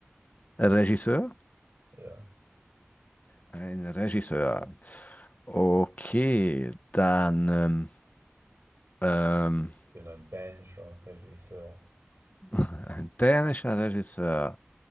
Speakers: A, on the left; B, on the right.
A: Regisseur?
B: Ja.
A: Ein Regisseur. Okay, dann ähm, ähm,
B: Bin ein dänischer Regisseur.
A: <laughs> ein dänischer Regisseur.